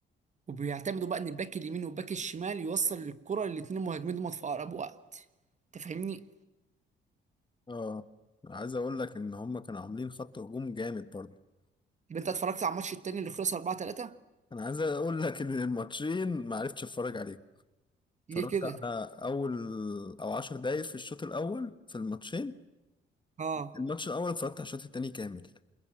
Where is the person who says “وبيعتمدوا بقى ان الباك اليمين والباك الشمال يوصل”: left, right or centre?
Right